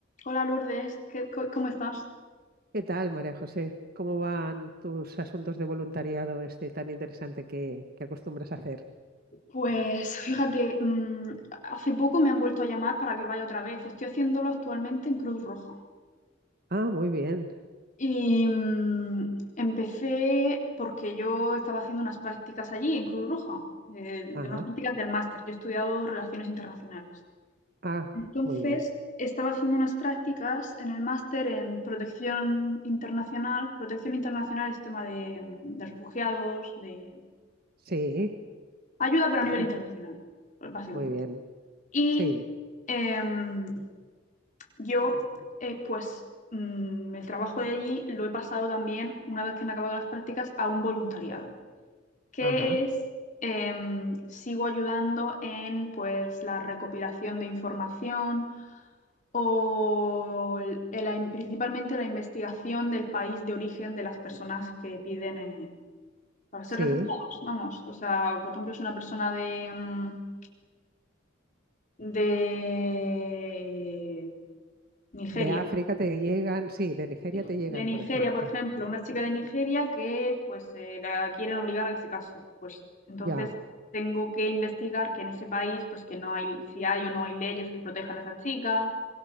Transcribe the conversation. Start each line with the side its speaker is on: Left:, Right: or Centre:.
Left: Hola Lourdes, ¿Qué- co- ¿cómo estás?
Right: ¿Qué tal, María José? ¿Cómo van tus asuntos de voluntariado este tan interesante que, que acostumbras a hacer?
Left: Pues fíjate, mm, hace poco me han vuelto a llamar para que vaya otra vez. Estoy haciéndolo actualmente en Cruz Roja.
Right: Ah, muy bien.
Left: Y mm, empecé porque yo estaba haciendo unas prácticas allí en Cruz Roja, de,
Right: Ajá.
Left: de unas prácticas del máster. Yo he estudiado Relaciones Internacionales.
Right: Ah,
Left: Entonces,
Right: muy bien.
Left: estaba haciendo unas prácticas en el máster en protección internacional. Protección internacional es tema de, mm, de refugiados, de
Right: Sí.
Left: Ayuda, pero a nivel
Right: Ujú.
Left: internacional, pues, básicamente.
Right: Muy bien.
Left: Y
Right: Sí.
Left: em, yo, eh, pues, mm, el trabajo de allí lo he pasado también, una vez que han acabado las prácticas, a un voluntariado, que
Right: Ajá.
Left: es, em, sigo ayudando en, pues, la recopilación de información o el- eh, la in- principalmente la investigación del país de origen de las personas que piden eh, para ser
Right: Sí.
Left: refugiados, vamos. O sea, por ejemplo, es una persona de... mm, de Nigeria.
Right: De África te llegan, sí, de Nigeria
Left: De
Right: te llegan,
Left: Nigeria,
Right: por ejemplo.
Left: por ejemplo, una chica de Nigeria que pues eh, la quieren obligar a que se case. Pues entonces
Right: Ya.
Left: tengo que investigar que en ese país pues que no hay, si hay o no hay leyes que protejan a esa chica.